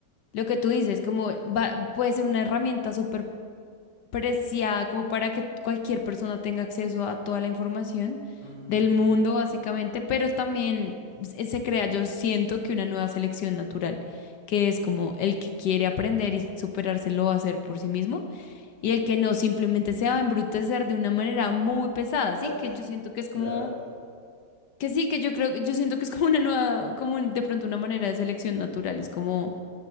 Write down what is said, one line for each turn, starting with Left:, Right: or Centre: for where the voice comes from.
Left: lo que tú dices, como va- puede ser una herramienta súper preciada como para que cualquier persona tenga acceso a toda la información
Right: ujú.
Left: del mundo, básicamente, pero también se se crea, yo siento que una nueva selección natural, que es como el que quiere aprender y superarse lo va a hacer por sí mismo, y el que no simplemente se va a embrutecer de una manera muy pesada,
Right: <laughs>
Left: ¿sí? Que yo siento que es
Right: Claro.
Left: como... Que sí, que yo creo, yo siento que es como una nueva, como un- de pronto una manera de selección natural, es como